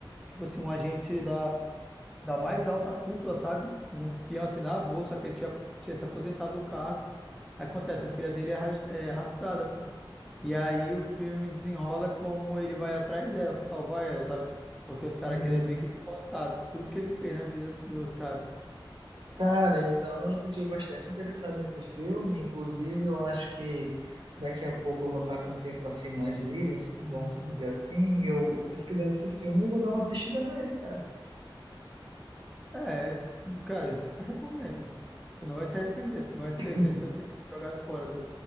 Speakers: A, in the centre; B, on the right.
A: tipo assim, um agente da, da mais alta cúpula, sabe? Com um espião assim na bolsa, só que ele tinha, tinha se aposentado do cargo. Aí acontece, a filha dele é, ras- é raptada, pô. E aí o filme desenrola como ele vai atrás dela pra salvar ela, sabe? Porque os caras
B: Uhum.
A: queriam meio que descontar tudo que ele fez na vida dos caras.
B: Cara, então eu fiquei bastante interessado nesse filme. Inclusive, eu acho que daqui a pouco eu vou estar com um tempo assim mais livre, so,
A: Hum.
B: vamos dizer assim, e eu vou pesquisar esse filme e vou dar uma assistida nele, cara.
A: É, cara, eu super recomendo. Tu não vai se arrepender, tu não vai ser
B: Hum,
A: aquele teu tempo jogado fora da,